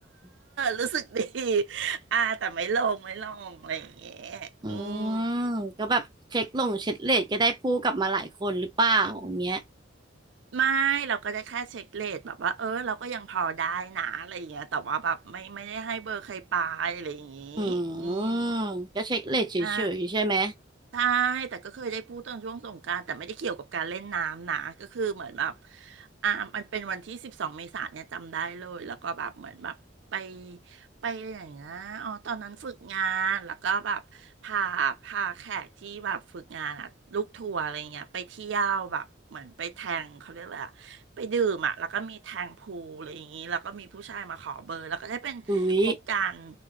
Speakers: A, on the right; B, on the right.
A: ม
B: รู้สึกดี <laughs> อ่าแต่ไม่ลงไม่ลงอะไรอย่างเงี้ย
A: อื
B: อืม
A: มก็แบบเช็คลงเช็คเลทก็ได้พูดกลับมาหลายคนหรือเปล่าอย่างเงี้ย
B: ไม่เราก็ได้แค่เช็คเรทแบบว่าเออเราก็ยังพอได้นะอะไรอย่างเงี้ยแต่ว่าแบบไม่ไม่ได้ให้เบอร์ใครไปอะไรอย่างงี้
A: อื
B: อืม
A: มก็เช็คเลทเฉยๆใช่ไหม
B: ได้ใช่แต่ก็เคยได้พูดตอนช่วงสงกรานต์แต่ไม่ได้เกี่ยวกับการเล่นน้ำนะ ก็คือเหมือนแบบอ่ามันเป็นวันที่สิบสองเมษายนเนี่ยจำได้เลย แล้วก็แบบเหมือนแบบไปไปไหนนะอ๋อตอนนั้นฝึกงานแล้วก็แบบพาพาแขกที่แบบฝึกงานอะลูกทัวร์อะไรเงี้ยไปเที่ยวแบบเหมือนไปแทงเขาเรียกอะไรอะ ไปดื่มอ่ะแล้วก็มีแทงพูลอะไรอย่างนี้แล้วก็มีผู้ชายมาขอเบอร์แล้วก็ได้เป็นคบกัน
A: อุ้ย